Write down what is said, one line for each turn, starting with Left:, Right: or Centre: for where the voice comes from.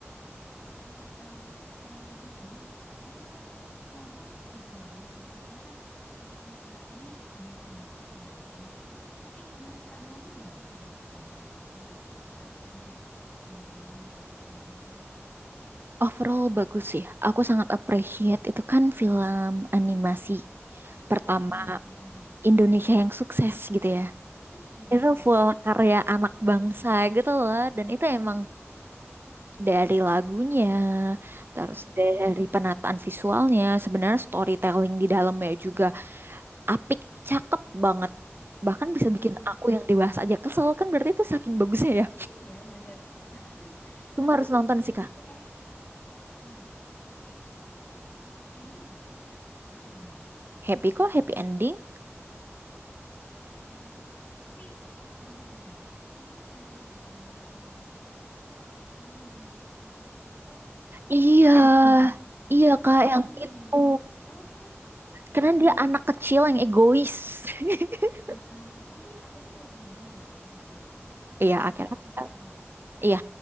Left: sempet tahu trailernya doang sih Kak. Tapi kalau untuk nonton belum, belum. Makanya kan aku pengen tahu ini beneran bagus nggak sih? Tapi menurut Kak Naomi bagus nggak itu filmnya sampai akhirnya gitu, endingnya keseluruhannya.
Right: Overall bagus sih. Aku sangat appreciate itu kan film animasi pertama
Left: Mm-mm, bener.
Right: Indonesia yang sukses gitu ya.
Left: <laughs> Iya.
Right: Itu full karya anak bangsa gitu loh. Dan itu emang dari lagunya, terus
Left: Mm-mm,
Right: dari penataan visualnya, sebenarnya storytelling di dalamnya juga apik, cakep banget. Bahkan bisa
Left: mm-mm.
Right: bikin aku yang dewasa aja kesel kan berarti itu saking bagusnya ya.
Left: Eh, Iya bener. <laughs>
Right: Cuma
Left: Tapi
Right: harus nonton sih Kak.
Left: akhirnya, ya. Tapi akhirnya happy ending nggak? Atau gimana?
Right: Happy kok, happy ending?
Left: Oh, tapi bentar-bentar. Ini yang tadi bikin Kak Naomi kesel itu tokoh utama yang gendut itu bukan sih atau
Right: Iya,
Left: satunya?
Right: iya kak
Left: Oh, kok
Right: yang
Left: bisa
Right: itu.
Left: sih?
Right: Karena
Left: Jadi,
Right: dia anak kecil yang egois. <laughs>
Left: eh, eh, tapi akhirnya dia berubah nggak kira-kira?
Right: Iya,
Left: Maksudnya
Right: akhirnya
Left: di filmnya?
Right: iya,